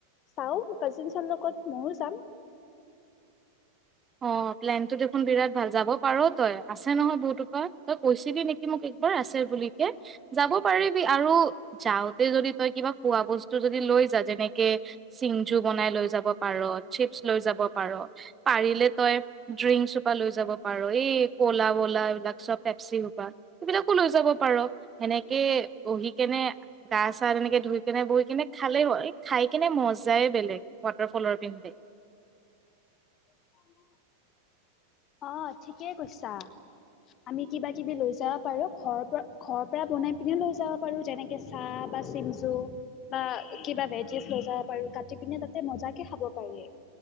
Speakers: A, on the left (about 35°); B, on the right (about 20°).
A: চাও কাজিনচৰ লগত ময়ো যাম।
B: অহ ', প্লেন টো দেখোন বিৰাট ভাল যাব পাৰ তই আছে নহয় বহটোপা, তই কৈছিলি নেকি মোক একবাৰ আছে বুলিকে যাব পাৰিবি আৰু যাওতে যদি তই কিবা খোৱা বস্তু যদি লৈ যা যেনেকে চিংজু বনাই লৈ যাব পাৰ চিপছ লৈ যাব পাৰ। পাৰিলে তই ড্ৰিংক চোপা লৈ যাব পাৰ, এই ক'লা ব'লা এইবিলাক চব পেপচি সোপা সেইবিলাকো লৈ যাব পাৰ, সেনেকে বহি কেনে গা-চা এনেকে ধুই কেনে বহি কেনে খালে হ'ল, খাই কেনে মজ যায় বেলেগ ৱাটাৰফলৰ পিন্ধে।
A: অহ ', অহ', ঠিকে কৈছা, আমি কিবা-কিবি লৈ যাব পাৰো। ঘৰৰ পৰা, ঘৰৰ পৰা বনাই পিনে লৈ যাব পাৰো, যেনেকে চাহ বা চিমজু বা কিবা ভেজিছ লৈ যাব পাৰো কাটি পিনে তাতে মজা কে খাব পাৰি,